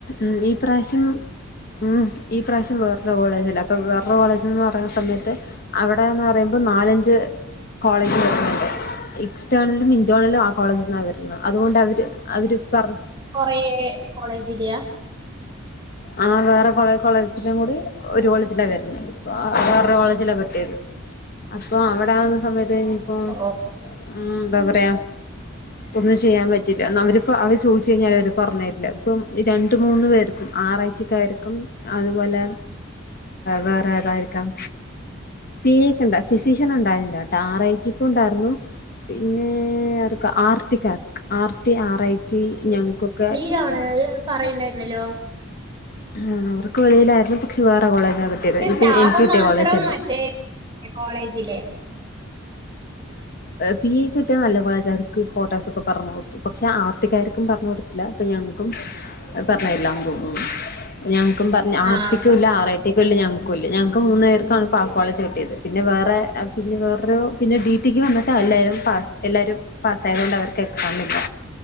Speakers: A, on the left (about 50°); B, on the right (about 20°).
A: ഉ ഈ പ്രാവശ്യം ഉം ഈ പ്രാവശ്യം വേറൊരു കോളേജ്ല്ല അപ്പൊ വേറൊരു കോളേജ് എന്ന് പറയുന്ന സമയത്ത് അവിടെന്ന് പറയുമ്പോ നാലഞ്ച് കോളേജ് വരുന്നുണ്ട് റ്റേണലും ഇന്റർണലും ആ കോളേജിൽന്നാണ് വരുന്നത് അതുകൊണ്ട് അവര് അവര് പറ
B: കൊറ കോളേജില്ല
A: ആ വേറെള കോളേജിലും കൂടി ഒരു കോളേജിലാ വരുന്ന അവരുടെ കോളേജില കിട്ടിയത് അപ്പൊ അവിടെ ആവുന്ന സമയത്ത് കഴിഞ്ഞ ഇപ്പോൊ
B: ഓ
A: ഉം എന്താ പറ പറയാ ഒന്നും ചെയ്യാൻ പറ്റില്ല എന്ന അവർപ്പ അവർ ചോദിച്ചു കഴിഞ്ഞാൽ അവർ പറഞ്ഞു തരില്ല ഇപ്പം രണ്ട് മൂന്ന് പേർക്കും ആററ്റക്കായിരിക്കും അതുപോലെ വേറെ ഏതായിരിക്കാം പി എക്ക ഉണ്ട ഫിസിഷ്യൻ ഉണ്ടായിരുന്നോട്ട് ആർ ഐറ്റിക്ക് ഉണ്ടായിരുന്നു പിന്നെ അതൊക്കെ ആർത്തി കക്ക് ആർത്തി ആറ ഐറ്റ ഞങ്ങൾക്കൊക്കെ
B: <unintelligible> പറയുണ്ടായിരുന്നല്ലോ
A: ആ അവർക്ക് വളയിലായിരുന്നു പക്ഷെ വേറെ കോളേജ കിട്ടിയത്
B: പക്ഷെ
A: ഇപ്പൊ
B: സ്റ്റാഫ്
A: എനിക്ക് കിട്ടിയ
B: മാത്രം
A: കോളേജല്ല
B: മറ്റേ കോളേജിലെ
A: പി എ കിട്ടിയൽ നല്ല കോളേജാർക്ക് സ്പോട്ടാക്സക്കെ പറഞ്ഞഞ് കൊടുത്തു പക്ഷെ ആർട്ടിക്കാർക്കും പറഞ്ഞഞ് കൊടുത്തു അപ്പ ഞങ്ങൾക്കും പറഞ്ഞ എല്ലാം ത ഞങ്ങൾക്കും പറഞ്ഞ
B: ആഹ്
A: ആർട്ടക്കല്ല
B: അപ്പ
A: ആറായി കുട്ടിക്കല്ല ഞങ്ങൾക്കല്ല ഞങ്ങക്ക് മൂന്ന് പേർക്കാണ് പാക്കോള കെട്ടിയത് പിന്നെ വേറെ പിന്നെ വേറൊരു പിന്നെ ഡി റ്റിക്ക് വന്നിട്ട് എല്ലാവരും പാസ് എല്ലാവരും പാസ്സയത കൊൊണ്ട് അവർക്ക് എക്സാാം ഇില്ല